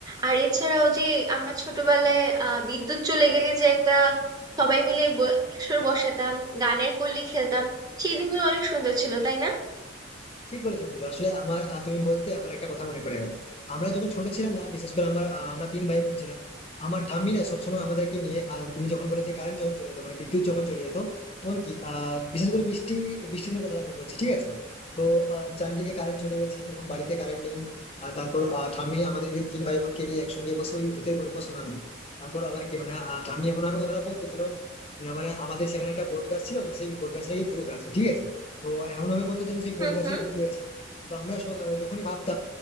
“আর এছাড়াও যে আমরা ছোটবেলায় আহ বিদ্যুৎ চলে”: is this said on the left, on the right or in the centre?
Right